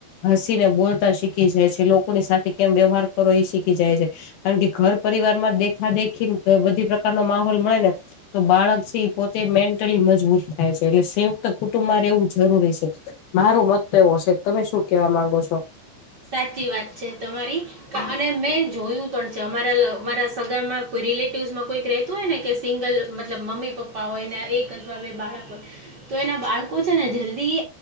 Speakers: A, on the left; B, on the right.
A: હસી ને બોલતા શીખી જાય છે કે લોકોની સાથે કેમ વ્યવહાર કરો એ શીખી જાય છે કારણ કે ઘર પરિવાર માં દેખા દેખીને બધી પ્રકારનો માહોલ મળે ને તો બાળક છે એ પોતે મેન્ટલી મજબૂત થાય છે એટલે સંયુક્ત કુટુંબમાં રહેવું જરૂરી છે મારો મત તો એવો છે તમે શું કેવા માંગો છો
B: સાચી વાત છે તમારી અને મેં જોયું પણ છે અમારા લ મારા સગામાં કોઈ રિલેટિવસમાં કોઈક રેતું હોય ને કે સિંગલ મતલબ મમ્મી પપ્પા હોય ને એક <unintelligible> બાળકો તો એના બાળકો છે ને જલ્દી